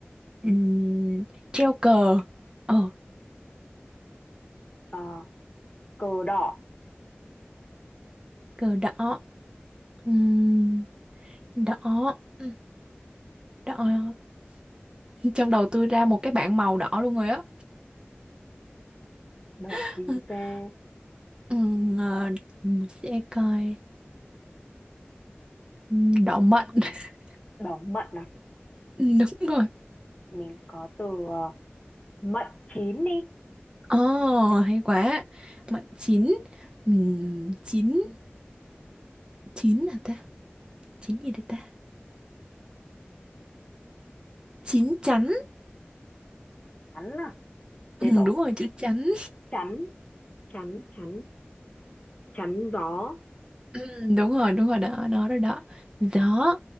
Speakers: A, on the right (about 20°); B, on the left (about 30°).
A: ừ, treo cờ. Ờ
B: Ờ, cờ đỏ
A: cờ đỏ Ừm, đỏ Ừm, đỏ trong đầu tôi ra một cái bảng màu đỏ luôn rồi á
B: đỏ
A: <laughs>
B: gì ta?
A: Ừm, ờ, mình sẽ coi Ừm, đỏ mận <laughs>
B: Đỏ mận à?
A: đúng rồi
B: Mình có từ ờ, mận chín đi.
A: Ồ, hay quá mận chín Ừm, chín chín là ta chín gì đây ta chín chắn
B: Chắn à?
A: Ừm,
B: Chết rồi.
A: đúng rồi chữ chắn
B: Chắn chắn chắn chắn gió
A: Ừm, <laughs> đúng rồi đúng rồi đó đó đó đó gió